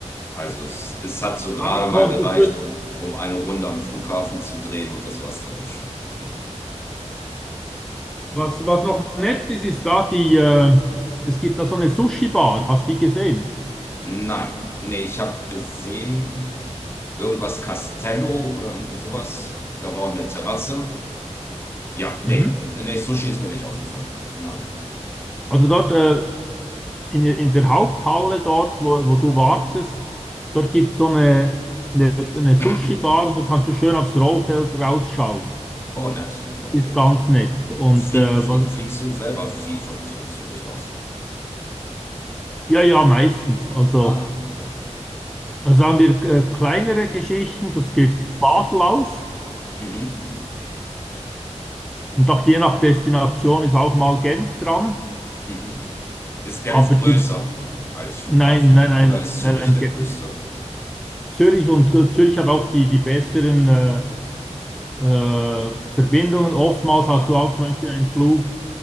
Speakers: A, on the left; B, in the centre.
A: Also es, es hat so gerade
B: Aber konntest
A: mal gereicht,
B: du,
A: um, um eine Runde am Flughafen zu drehen und das war's dann auch schon. Ja.
B: was, was noch nett ist, ist da die, äh, es gibt da so eine Sushi-Bar, hast du die gesehen?
A: Nein, nee, ich habe gesehen, irgendwas Castello oder irgendwie sowas. Da war auch eine Terrasse. Ja, nee,
B: Mhm.
A: nee, Sushi ist mir nicht aufgefallen. Nein.
B: Also dort äh, in, in der Haupthalle dort, wo, wo du wartest, dort gibt es so eine, eine, eine Sushi-Bar
A: <clears throat>
B: und da kannst du schön aufs Rollfeld rausschauen.
A: Oh, nett. Okay.
B: Ist ganz nett. Und
A: Flieg,
B: äh,
A: flieg,
B: was-
A: fliegst du selber viel von, von Zürich aus?
B: ja, ja, meistens. Also,
A: Ah, okay.
B: also haben wir äh, kleinere Geschichten, das geht von Basel aus.
A: Mhm,
B: Und doch je nach Destination ist auch mal Genf dran.
A: mhm. Ist Genf
B: Aber
A: größer
B: die,
A: als Flughafen
B: nein, nein, nein,
A: oder ist
B: nein,
A: Zürich
B: nein.
A: der
B: Ge-
A: größte?
B: Zürich und äh, Zürich hat auch die, die besseren äh, äh, Verbindungen. Oftmals hast
A: Aha.
B: du auch zum Beispiel einen Flug,